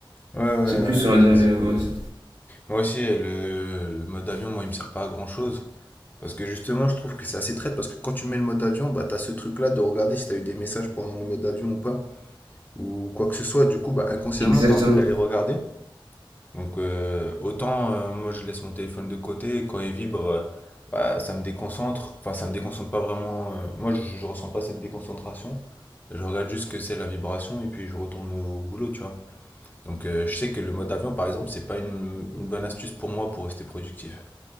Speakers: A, on the left (about 20°); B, on the right (about 65°).
A: Ouais, ouais,
B: C'est plus,
A: ouais,
B: on va
A: moi
B: dire,
A: aussi.
B: le... ouais, c'est-
A: Moi aussi, le, le mode avion, moi, il me sert pas à grand-chose. Parce que justement, je trouve que c'est assez traite. Parce que quand tu mets le mode avion, bah, t'as ce truc-là de regarder si t'as eu des messages pendant le mode avion ou pas. Ou quoi que ce soit. Du coup, bah, inconsciemment,
B: exactement.
A: t'as envie d'aller regarder. Donc, euh, autant, euh, moi, je laisse mon téléphone de côté. et Quand il vibre, euh, bah, ça me déconcentre. Enfin, ça me déconcentre pas vraiment. euh, moi, je, je ressens pas cette déconcentration. Je regarde juste ce que c'est la vibration. Et puis, je retourne au boulot, tu vois. Donc euh, je sais que le mode avion, par exemple, c'est pas une, une bonne astuce pour moi pour rester productif.